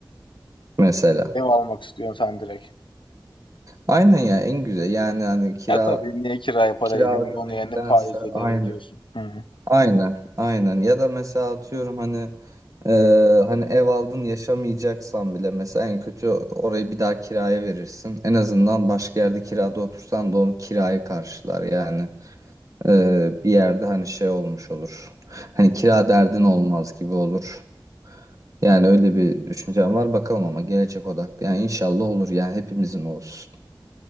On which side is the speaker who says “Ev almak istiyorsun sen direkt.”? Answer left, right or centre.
Left